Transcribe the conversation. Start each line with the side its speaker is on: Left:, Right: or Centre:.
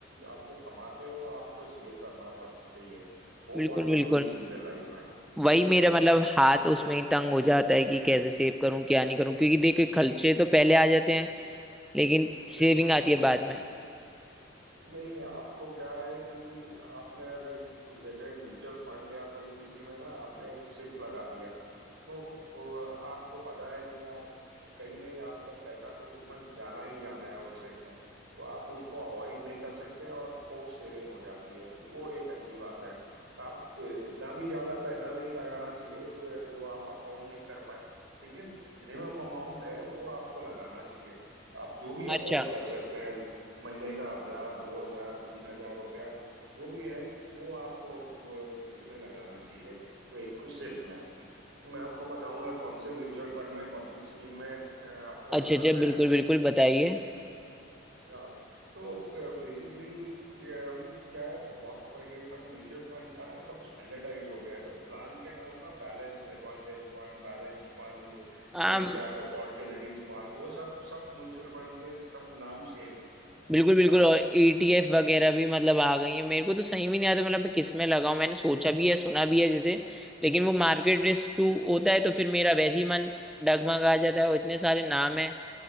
Right: आप जो कमाते हो आपको सेव करना पड़- चाहिए वो
Centre: बिल्कुल
Right: बहुत जरूरी
Centre: बिल्कुल
Right: चीज़ है लाइफ में क्योंकि
Centre: वही मेरा
Right: आप
Centre: मतलब
Right: क्या है,
Centre: हाथ
Right: पैसा
Centre: उसमें ही तंग हो जाता है कि कैसे सेव करूं क्या नहीं करूं क्योंकि देखो खर्चे तो
Right: हम्म,
Centre: पहले आ जाते हैं लेकिन सेविंग
Right: बिल्कुल बिल्कुल
Centre: आती है बाद में
Right: नहीं आपको क्या है कि आपने अगर जैसे म्यूचुअल फंड या कोई किसी में ना आपने एक सिप लगा दिया तो वो आपको पता है कि आप कहीं नहीं आपका पैसा तो उसमें जाना ही जाना है वो सिप में तो आप उसको अवॉइड नहीं कर सकते और फोर्स सेविंग हो जाती है वो एक अच्छी बात है आप इतना भी ज्यादा पैसा नहीं लगाना चाहिए जो आप अफोर्ड नहीं कर पाए लेकिन मिनिमम अमाउंट है वो आपको लगाना चाहिए आप जो भी
Centre: अच्छा
Right: अफोर्ड कर सकते हैं महीने का हजार दो हजार तीन हजार रुपया जो भी है वो आपको अ, इसमें लगाना चाहिए तो एक सिप में मैं आपको बताऊंगा कौन से म्यूचुअल फंड में कौन सी स्कीम में अ, आपको लगाना
Centre: अच्छा अच्छा बिल्कुल
Right: है
Centre: बिल्कुल बताइए
Right: या तो बेसिकली ये अभी क्या है बहुत सा- ये सब म्यूचुअल फंड का ना सब स्टैंडर्डाइज हो गया है सब प्लान के नाम ना balanced advantage fund balanced fund
Centre: हाँ
Right: mid cap opportunities fund वो सब सब म्यूचुअल फंड के सब नाम सेम है
Centre: बिल्कुल बिल्कुल
Right: यानी
Centre: और ईटीएफ वगैरह भी मतलब आ गई है मेरे को तो सही भी नहीं आता मतलब मैं किस में लगाऊं मैंने सोचा भी है सुना भी है जैसे लेकिन वो मार्केट रिस्क टू होता है तो फिर मेरा वैसे ही मन डगमगा जाता है और इतने सारे नाम है